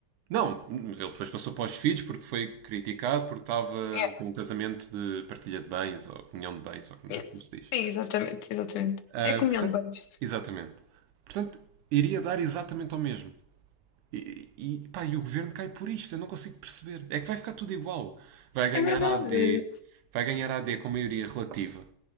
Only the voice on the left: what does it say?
<laughs> É,
é.
Sim, exatamente, exatamente.
É comunhão
de bens.
É verdade.